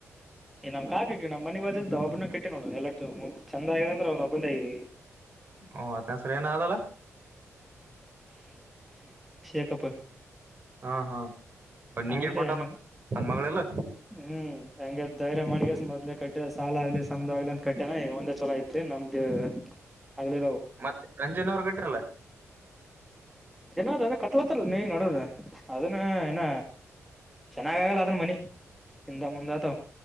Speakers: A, in the centre; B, on the right (about 40°).
A: ಇಏ ನ್ ಕಾ. ನಮ್ಮ ಮನೆಿ ವಾಜದ ಒಬ್ಬನ ಕಟ್ಟ ನೋಡು ಎ ಚಂದ ಆಗ ಅಂದ್ರೆ ಒಂದ ಒಬ್ಬಂದ ಆಗೀಿ.
B: ಓ ಅತ್ತನ್ಸರಿ ಏನಾದಲ್ಲ.
A: ಶೇ ಕಪ್ಪ.
B: ಹಾ ಹಾ ನಿಂಗೆ
A: ಅವಂದೇ
B: ಕೊಟ್ಟಾನ
A: ಹೆಂಗನ
B: ನನ್ ಮಗಳೆಲ್ಲ.
A: ಹ್ಮ್ ಹಂಗೆ ಧೈರ್ಯ ಮಾಡ್ಗಸ ಮೊದಲೆ ಕಟ್ಟಿದ ಸಾಲ ಆಗ್ಲಿ ಆಗ್ ಅಂತ ಕಟ್ಟ್ಯನ ಈಗ ಒಂದೆ ಚಲೋ ಐತಿ ನಮ್ದು ಅಗಲ್ಲಿಲವು
B: ಮತ್ತೆ ರಂಜನ್ ಅವ್ರ ಕಟ್ರಲ್ಲ
A: ಜನಾರ ಅದ ಕಟ್ಲತ್ತಲ್ಲ ನೀ ನೋಡದ ಅದನ್ನ ಏನ ಚೆನ್ನಾಗ ಆಗಲ್ಲ ಅದ್ರ ಮನಿ ಇಂದ ಮುಂದಾ ತ